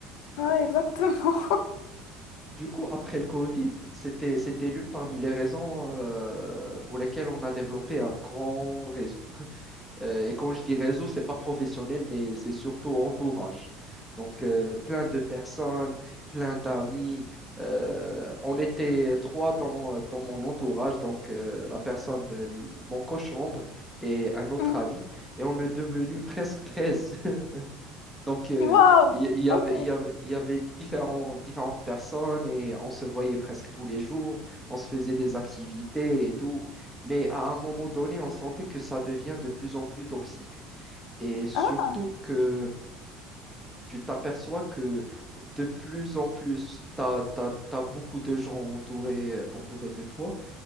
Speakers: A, on the left (about 65°); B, in the centre.
A: ouais, exactement. <laughs>
B: Du coup, après le Covid, c'était, c'était l'une parmi les raisons euh, pour lesquelles on a développé un grand réseau. Euh, et quand je dis réseau, c'est pas professionnel, mais c'est surtout entourage. Donc, euh, plein de personnes, plein d'amis. Euh, on était trois dans, dans mon entourage, donc euh, la personne, euh, l- mon cochambre et un autre
A: Mm.
B: ami, et on est devenu presque 13. <laughs> Donc, euh,
A: Waouh,
B: il y, il y, avait,
A: ok.
B: il y avait, il y avait différents, différentes personnes et on se voyait presque tous les jours, on se faisait des activités et tout, mais à un moment donné, on sentait que ça devient de plus en plus toxique. Et surtout
A: Hein?
B: que tu t'aperçois que de plus en plus, tu as, beaucoup de gens entourés, entourés de toi.